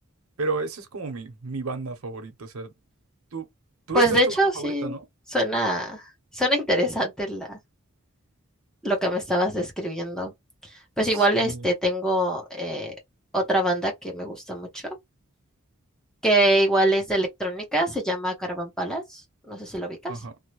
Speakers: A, on the right (about 75°); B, in the centre.
A: pero esa es como mi, mi banda favorita. O sea, tú, tú
B: Pues
A: esta
B: de
A: es
B: hecho,
A: tu banda
B: sí,
A: favorita, ¿no?
B: suena, suena interesante la, lo que me estabas describiendo. Pues igual
A: Sí.
B: este tengo eh, otra banda que me gusta mucho, que igual es de electrónica, se llama Caravan Palace. No sé si lo ubicas.
A: Ajá.